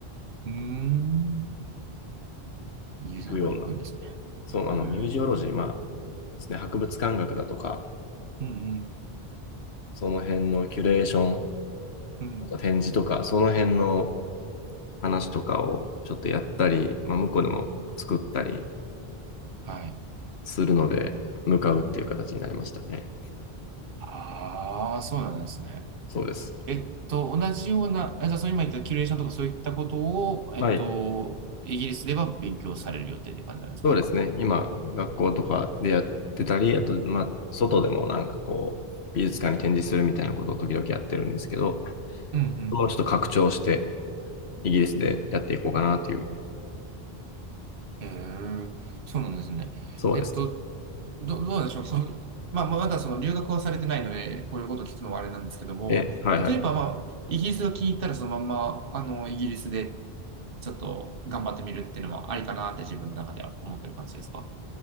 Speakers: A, on the right (about 60°); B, on the left (about 90°).
A: うん、うん。うーん。イギリスの方に行くんですね。
B: 行くような、そう、
A: えー
B: あのミュージオロジー、まあですね、博物館学だとか、
A: うん、うん、
B: その辺のキュレーション、
A: うん。
B: あと展示とか、その辺の話とかをちょっとやったり、まあ、向こうでも作ったり
A: はい。
B: するので、向かうっていう形になりましたね。
A: ああ、そうなんですね。
B: そうです。
A: えっと、同じような、あじゃあ、そう今言ったキュレーションとかそういったことを、えっと、
B: はい。
A: イギリスでは勉強される予定って感じなんですか
B: そうですね。今、学校とかでやってたり、あと、まあ、外でもなんかこう、美術館に展示するみたいなことを時々やってるんですけど、
A: うんうん。
B: もうちょっと拡張して、イギリスでやっていこうかなという、
A: へえ、そうなんですね。
B: そうです。
A: えっと、ど、どうなんでしょう。その、まあ、まあまだその留学はされてないので、こういうこと聞くのはあれなんですけども、
B: え、はいはい。
A: 例えば、まあ、イギリスが気に入ったら、そのまんま、あの、イギリスでちょっと頑張ってみるっていうのはありかなって自分の中では思ってる感じですか